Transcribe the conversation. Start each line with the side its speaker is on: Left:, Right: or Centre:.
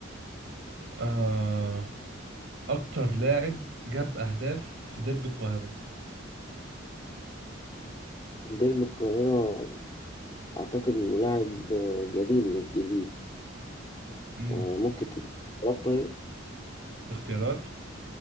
Right: آه، أكتر لاعب جاب أهداف في ديربي القاهرة
Left: ديربي القاهرة أعتقد إنه لاعب آه، قديم مش جديد
Right: امم
Left: آه، ممكن تدي اختيارات طيب
Right: اختيارات